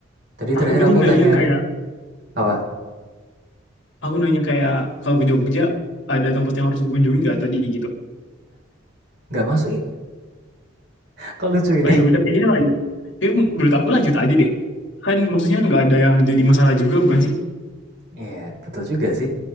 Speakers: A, on the right; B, on the left.
A: tadi terakhir
B: Aku tadi
A: aku
B: nanya
A: tanya
B: kayak
A: apa?
B: aku nanya kayak kalau ke Jogja ada tempat yang harus dikunjungi nggak tadi gitu.
A: Nggak masuk. ih. Kok lucu ini?
B: Oh ya udah kayaknya lagi. Ya, menurut aku lanjut aja deh. Kan maksudnya nggak ada yang jadi masalah juga bukan sih?
A: Iya, <laughs> yeah, betul juga sih.